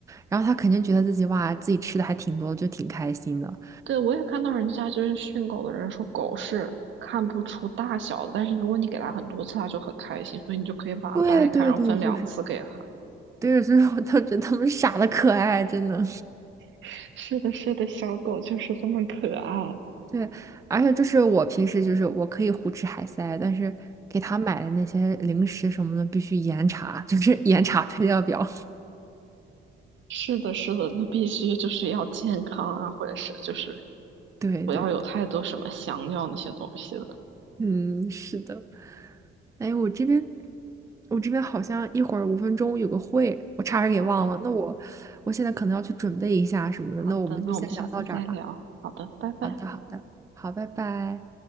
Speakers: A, on the right; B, on the right.
A: 然后它肯定觉得自己哇自己吃的还挺多，就挺开心的。
B: 对，我也看到人家就是训狗的人说，狗是看不出大小的，但是如果你给它很多次，它就很开心，所以你就可以把它掰开，
A: 对对对，
B: 然后分两次给它。
A: 就是对，所以说我都觉得他们傻的可爱，真的。
B: <laughs> 是的，是的，小狗就是这么可爱。
A: 对，而且就是我平时就是我可以胡吃海塞，但是给他买的那些零食什么的必须严查，就是 <laughs> 严查配料表。
B: 是的，是的，那必须就是要健康啊，或者是就是
A: <laughs> 对对对，
B: 不要有太多什么香料那些东西的。
A: 嗯，是的。哎，我这边我这边好像一会儿五分钟有个会，我差点给忘了。
B: 好的，
A: 那我我现在可能要去准备一下什么的，
B: 好的，
A: 那我们就先聊到这儿吧。
B: 那我们下次再聊。好的，拜拜。
A: 好的，好的，好，拜拜。